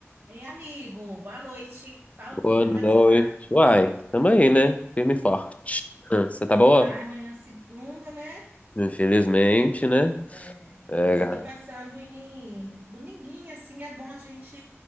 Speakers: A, on the right; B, on the left.
A: Ei, amigo, boa noite. Fala comigo,
B: Boa
A: como
B: noite.
A: é que você tá?
B: Uai, tamo aí, né? Firme e forte. Hum, Você tá boa?
A: Ah, amanhã é segunda, né?
B: Infelizmente, né?
A: É,
B: É,
A: mas
B: gata.
A: eu tô pensando em dominguinho, assim, é bom a gente